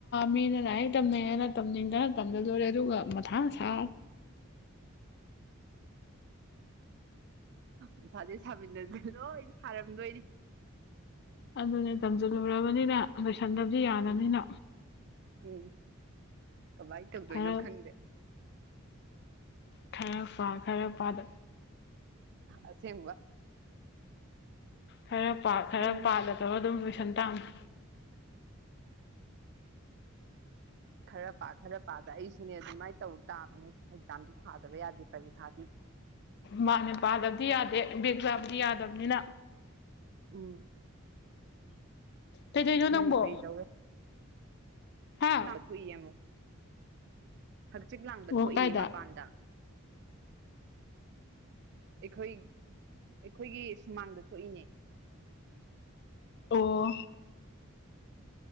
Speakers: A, on the left; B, on the right.
A: ꯃꯤꯅ ꯂꯥꯏꯔꯤꯛ ꯇꯝꯅꯩꯌꯦꯅ ꯇꯝꯅꯤꯡꯗꯅ ꯇꯝꯖꯜꯂꯨꯔꯦ ꯑꯗꯨꯒ ꯃꯊꯥ ꯁꯥ
B: ꯃꯊꯥꯁꯤ ꯁꯥꯃꯤꯟꯅꯁꯤ ꯂꯣꯏ ꯁꯥꯔꯝꯗꯣꯏꯅꯤ
A: ꯑꯗꯨꯅꯦ ꯇꯝꯁꯤꯜꯂꯨꯔꯕꯅꯤꯅ ꯂꯣꯏꯁꯟꯗꯕꯗꯤ ꯌꯥꯗꯕꯅꯤꯅ
B: ꯎꯝ ꯎꯝ ꯀꯃꯥꯏ ꯇꯧꯗꯣꯏꯅꯣ
A: ꯈꯔ
B: ꯈꯪꯗꯦ
A: ꯈꯔ ꯄꯥ ꯈꯔ ꯄꯥꯗ
B: ꯑꯁꯦꯡꯕ
A: ꯈꯔ ꯄꯥ ꯈꯔ
B: ꯑꯩ
A: ꯄꯥꯗ ꯇꯧꯔꯒ ꯑꯗꯨꯝ ꯂꯣꯏꯁꯟ ꯇꯥꯝꯅꯤ
B: ꯈꯔ ꯄꯥ ꯈꯔ ꯄꯥꯗ ꯑꯩꯁꯨꯅꯦ ꯑꯗꯨꯃꯥꯏꯅ ꯇꯧ ꯇꯥꯝꯅꯤ ꯑꯦꯛꯖꯥꯝꯗꯤ ꯊꯥꯗꯕ ꯌꯥꯗꯦ ꯄꯔꯤꯈꯥꯗꯤ
A: ꯃꯥꯅꯦ ꯄꯥꯗꯕꯗꯤ ꯌꯥꯗꯦ ꯕꯦꯛ ꯆꯥꯕꯗꯤ ꯌꯥꯗꯕꯅꯤꯅ
B: ꯎꯝ
A: ꯀꯩꯗꯣꯏꯅꯣ ꯅꯪꯕꯣ
B: ꯃꯅꯤꯄꯨꯔꯤ ꯂꯧꯋꯦ
A: ꯍꯥ
B: ꯅꯪ <unintelligible> ꯍꯛꯆꯤꯠ ꯂꯥꯡꯕ
A: ꯑꯣ
B: ꯊꯣꯛꯏꯌꯦ
A: ꯀꯥꯏꯗ
B: ꯃꯄꯥꯟꯗ ꯑꯩꯈꯣꯏ ꯑꯩꯈꯣꯏꯒꯤ ꯁꯨꯃꯥꯡꯗ ꯊꯣꯛꯏꯅꯦ
A: ꯑꯣ